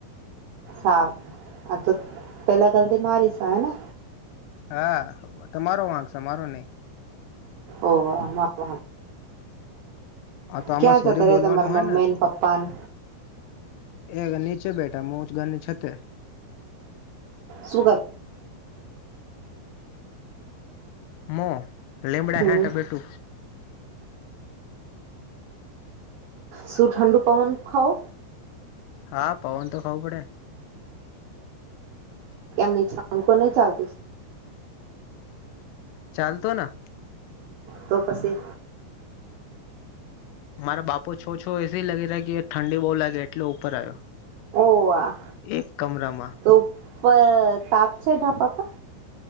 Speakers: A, on the right; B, on the left.
A: હા હા તો પેલા ગલ્થી મારીશ હેને
B: હા તમારો વાક છે અમારો નહી
A: ઓહ <unintelligible>
B: આ તો આમાં
A: ક્યાં
B: સોરી
A: જતા રે
B: બોલવાનું
A: તમારા
B: હોય
A: મમ્મીને
B: ને
A: પપ્પાને
B: એ નીચે બેઠા હું ઘરની છતે
A: શું કર
B: મો લીમડા
A: હમ
B: હાટે બેટું
A: શું ઠંડુ પવન ખાઓ
B: હા પવન તો ખાવું પડેને
A: ની અંકો નહી ચાલતી
B: ચાલતો ના
A: તો પછી
B: મારા બાપો છો છો એસી લગી રહ્યા કે ઠંડી બહુ લાગે એટલે ઉપર આવ્યો
A: હો આ
B: એક કમરામાં
A: તો ઉપર તાપ છે ઢાબા પર.